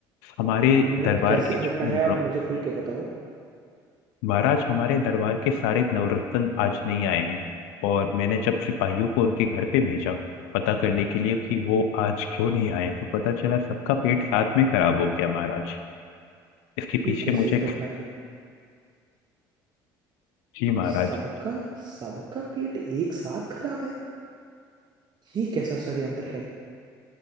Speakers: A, on the left (about 80°); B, on the right (about 50°).
A: हमारे
B: हम्म
A: दरबार
B: कैसी
A: के
B: घटना है
A: जो
B: आप मुझे खुल के बताओ
A: महाराज हमारे दरबार के सारे नवरत्न आज नहीं आए हैं और मैंने जब सिपाहियों को उनके घर पे भेजा पता करने के लिए कि वो आज क्यों नहीं आए तो पता चला सबका पेट साथ में खराब हो गया महाराज इसके पीछे
B: ये कैसी
A: मुझे
B: घटना है
A: जी महाराज
B: सबका सबका पेट एक साथ खराब है ये कैसा षड्यंत्र है